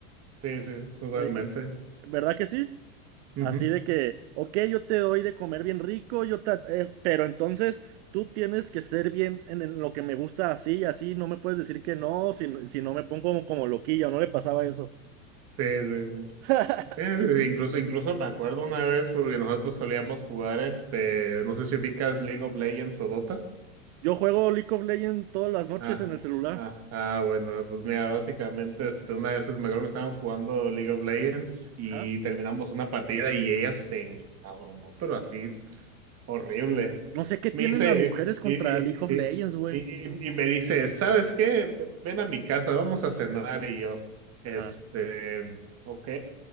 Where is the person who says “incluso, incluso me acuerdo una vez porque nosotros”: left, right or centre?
Right